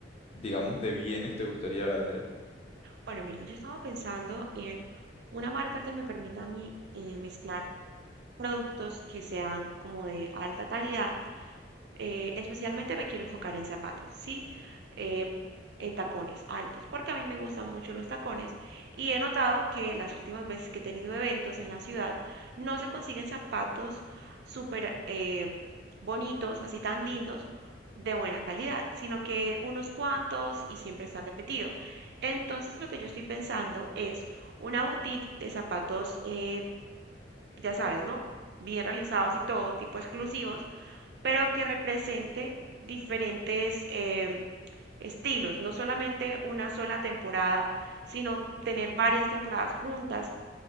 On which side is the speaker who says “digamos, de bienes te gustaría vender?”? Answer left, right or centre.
Left